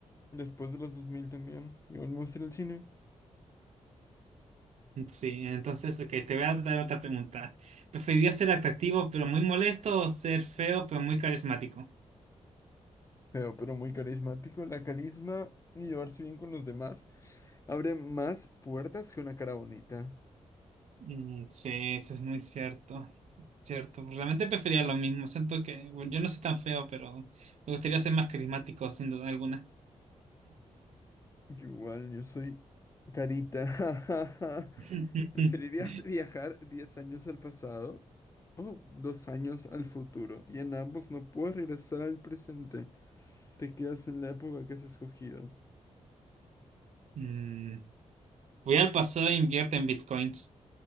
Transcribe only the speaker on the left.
después de los 2000 también. Igual me gusta ir al cine.
Feo, pero muy carismático. La carisma y llevarse bien con los demás abre más puertas que una cara bonita.
Yo igual, yo soy carita. <laughs>
¿Preferirías viajar 10 años al pasado o 2 años al futuro? Y en ambos no puedes regresar al presente. Te quedas en la época que has escogido.